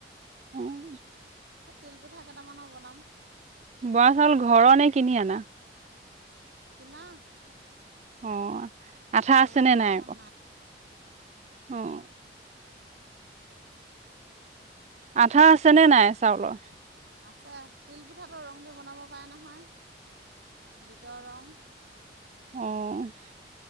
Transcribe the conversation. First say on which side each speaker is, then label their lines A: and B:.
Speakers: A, on the right; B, on the right.
A: উম
B: তিল পিঠা কেইটামানো বনাম।
A: বৰা চাউল ঘৰৰ নে কিনি আনা?
B: কিনা।
A: অঁ আঠা
B: ঘৰৰ
A: আছেনে
B: বৰা
A: নাই
B: ধান
A: আকৌ? অঁ। আঠা আছেনে নাই চাউলৰ?
B: আছে তিলপিঠাটো ৰং দি বনাব পাৰে নহয়। বিতৰং।
A: অঁ।